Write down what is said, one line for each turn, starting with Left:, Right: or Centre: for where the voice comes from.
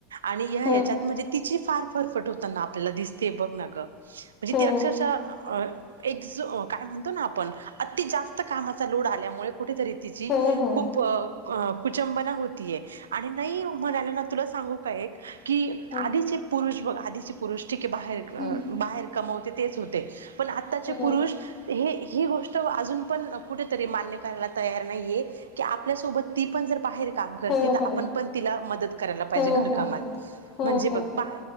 Right: आणि या
Left: हो
Right: ह्याच्यात म्हणजे तिची फार फरफट होता ना आपल्याला दिसते बघ ना गं म्हणजे
Left: हो
Right: ती अक्षरशः एक जो काय म्हणतो ना आपण अति जास्त कामाचा लोड आल्यामुळे कुठेतरी तिची
Left: हो हो
Right: खूप अं अ कुचंबना होतीये आणि नाही म्हणाल्या ना तुला सांगू काय एक की
Left: हो
Right: आधीचे पुरुष बघ आधीचे पुरुष ठीक हे बाहेर
Left: हम्म
Right: बाहेर कमवते तेच होते. पण आत्ताचे
Left: हो
Right: पुरुष हे ही गोष्ट त अजून पण कुठेतरी मान्य करायला तयार नाहीये की आपल्यासोबत ती पण जर बाहेर काम करती
Left: हो
Right: तर
Left: हो
Right: आपण पण तिला मदत करायला पाहिजे
Left: हो
Right: घर
Left: हो
Right: कामात
Left: हो हो
Right: म्हणजे
Left: हो
Right: बघ
Left: हो
Right: बा